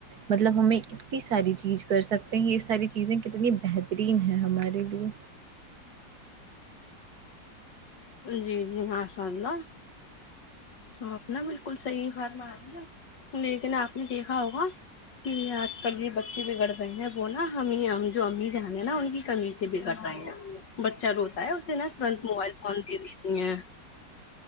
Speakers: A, on the right (about 60°); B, on the left (about 80°).
A: مطلب ہمیں کتنی ساری چیز کر سکتے ہیں یہ ساری چیزیں کتنی بہ ترین ہے ہمارے لیے
B: جی جی ماشاء اللہ آپ نا بالکل صحیح فارما رہی ہے لیکن آپ نے دیکھا ہوگا کہ آج کل یہ بچے بگڑ رہے ہیں وہ نا ہمیں ہم جو امی جان ہیں نا ان کی کمی بھی کر رہے ہیں بچہ روتا ہے اسے ترنت موبائل فون دے دیتی ہیں